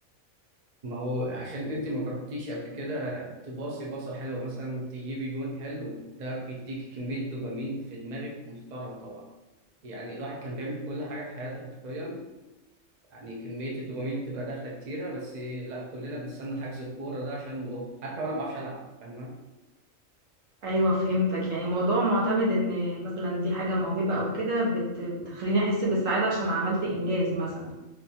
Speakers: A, on the right; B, on the right.
A: ما هو عشان انت ما جربتيش قبل كده تباصي باصة حلوة مثلا تجيبي جون حلو ده بيديك كمية دوبامين في دماغك محترمة طبعا يعني الواحد كان بيعمل كل حاجة في حياته حرفيا يعني كمية الدوبامين اللي بتبقى داخلة كتيرة بس لا كلنا بنستنى حجز الكورة ده عشان نروح حتى وانا ما بعرفش العب فاهمة
B: ايوه فهمتك يعني موضوع معتمد ان مثلا دي حاجة موهبة او كده بت... بتخليني احس بالسعادة عشان عملت انجاز مثلا